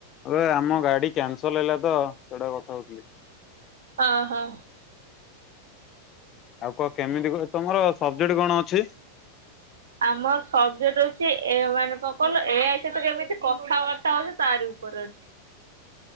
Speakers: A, on the left; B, on the right.
A: ଏବେ ଆମ ଗାଡି କ୍ୟାନସଲ ହେଲା ତ ସେଟା କଥା ହଉଥିଲି।
B: ଅହୋ।
A: ଆଉ କ କେମିତି ତମର ସବଜେକ୍ଟ କଣ ଅଛି?
B: ଆମର ସବଜେକ୍ଟ ଅଛି ଏ ମାନେ କଣ କହିଲ ଏଆଇ ସହିତ କେମିତି କଥାବାର୍ତ୍ତା ହଉଚି ତାରି ବିଷୟରେ ଅଛି।